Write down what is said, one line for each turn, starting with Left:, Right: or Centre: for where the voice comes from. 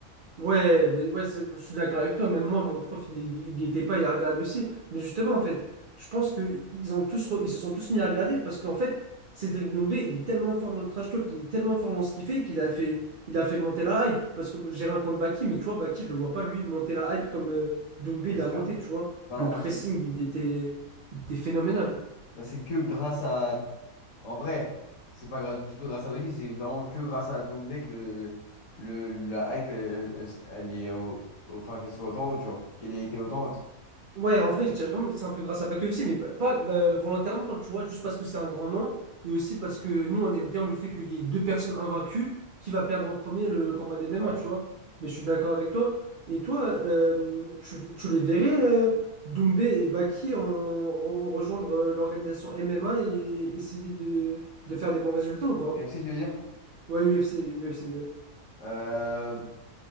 Right: ouais, ben ouais, c'est- je suis d'accord avec toi. Même moi, mon prof, il il guettait pas, il la regardait aussi. Mais justement, en fait, je pense que ils ont tous, re- ils se sont tous mis à regarder parce qu'en fait, Cédric Doumbé, il est tellement fort dans le trash talk, il est tellement fort dans ce qu'il fait qu'il a fait, il a fait monter la hype. Parce que j'ai rien contre Baki, mais tu vois, Baki, je le vois pas lui monter la hype comme euh, Doumbé,
Left: Ah, C'est
Right: il a
Left: sûr.
Right: monté, tu vois.
Left: Bah,
Right: Le
Left: on,
Right: pressing,
Left: sait,
Right: il était, il était phénoménal.
Left: Bah, c'est que grâce à. En vrai, c'est pas grâce du tout grâce à Baki, c'est vraiment que grâce à Dombé que le, le, la hype, elle, elle- elle est au... au- Enfin, qu'elle soit autant haute, tu vois. Qu'elle ait été autant haute.
Right: Ouais, en vrai, je dirais quand même que c'est un peu grâce à Baké aussi, mais pas, pas, euh, volontairement, tu vois, juste parce que c'est un grand nom, et aussi parce que nous, on aime bien le fait qu'il y ait deux personnes invaincues, qui va perdre en premier le combat des MMA,
Left: Ouais.
Right: tu vois. Mais je suis d'accord avec toi. Et toi, euh, tu, tu les verrais, euh, Doumbé et Baki, en, en- rejoindre euh, l'organisation MMA et essayer de, de faire des bons résultats ou pas?
Left: UFC, tu veux dire?
Right: Ouais, UFC, UFC,
Left: Euh,